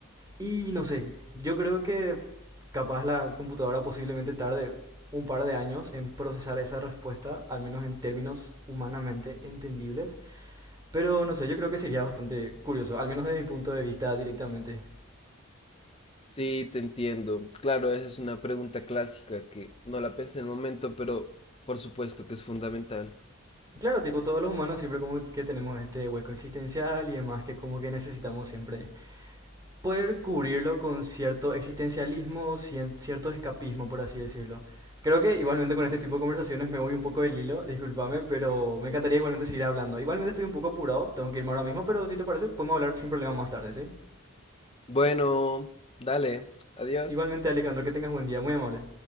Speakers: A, on the right; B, on the left.
A: Y no sé, yo creo que capaz la computadora posiblemente tarde un par de años en procesar esa respuesta, al menos en términos humanamente entendibles. Pero no sé, yo creo que sería bastante curioso, al menos desde mi punto de vista directamente.
B: Sí, te entiendo. Claro, esa es una pregunta clásica que no la pensé en el momento, pero por supuesto que es fundamental.
A: Claro, tipo, todos los humanos siempre como que tenemos este hueco existencial y demás que como que necesitamos siempre poder cubrirlo con cierto existencialismo, cien- cierto escapismo, por así decirlo. Creo que igualmente con este tipo de conversaciones me voy un poco del hilo, discúlpame, pero me encantaría igualmente seguir hablando. Igualmente estoy un poco apurado, tengo que irme ahora mismo, pero si te parece, podemos hablar sin problema más tarde, ¿sí?
B: Bueno, dale, adiós.
A: Igualmente, Alejandro, que tengas buen día, muy amable.